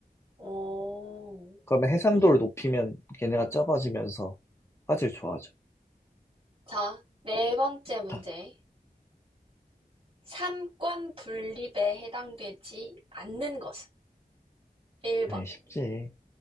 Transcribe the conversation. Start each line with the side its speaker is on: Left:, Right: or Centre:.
Right: 어,
Left: 그러면 해상도를
Right: 그래?
Left: 높이면 걔네가 작아지면서 화질 좋아져.
Right: 자, 네 번째 문제.
Left: 딱,
Right: 삼권 분립에 해당되지 않는 것은 1번
Left: 아, 쉽지.